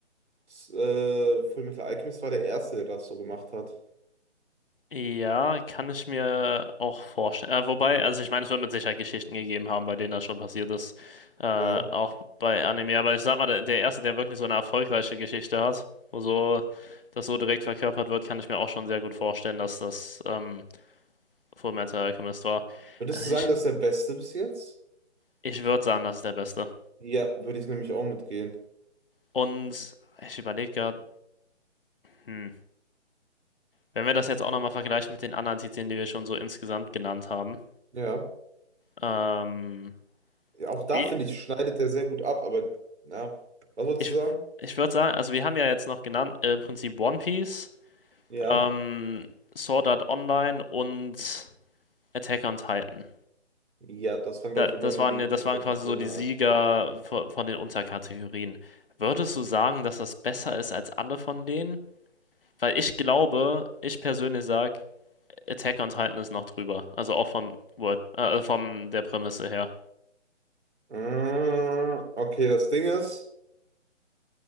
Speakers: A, on the right; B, on the left.
A: S- Äh, Fullmetal Alchemist war der erste, der das so gemacht hat.
B: Ja, kann ich mir auch vorstellen. Äh, wobei, also ich meine, es wird mit Sicherheit Geschichten gegeben haben, bei denen das schon passiert ist. Äh,
A: Ja.
B: auch bei Anime. Aber ich sag mal, der, der erste, der wirklich so eine erfolgreiche Geschichte hat, wo so das so direkt verkörpert wird, kann ich mir auch schon sehr gut vorstellen, dass das ähm, Fullmetal Alchemist war.
A: Würdest
B: Also
A: du sagen,
B: ich,
A: das ist der beste bis jetzt?
B: ich würde sagen, das ist der beste.
A: Ja, würde ich nämlich auch mitgehen.
B: Und ich überlege gerade, hm, wenn wir das jetzt auch nochmal vergleichen mit den anderen Titeln, die wir schon so insgesamt genannt haben,
A: Ja.
B: ähm,
A: Auch da
B: Be-
A: finde ich, schneidet der sehr gut ab, aber na, was wolltest
B: Ich,
A: du sagen?
B: ich würde sagen, also wir haben ja jetzt noch genannt, äh, im Prinzip One Piece,
A: Ja.
B: ähm, Sword Art Online und Attack on Titan.
A: Ja, das waren, glaube
B: Da,
A: ich, immer
B: das
A: so
B: waren,
A: die,
B: ja- das
A: die
B: waren
A: Gewinner.
B: quasi so die Sieger von, von den Unterkategorien. Würdest du sagen, dass das besser ist als alle von denen? Weil ich glaube, ich persönlich sage, Attack on Titan ist noch drüber. Also auch vom Word, äh, vom der Prämisse her.
A: Äh, Okay, das Ding ist,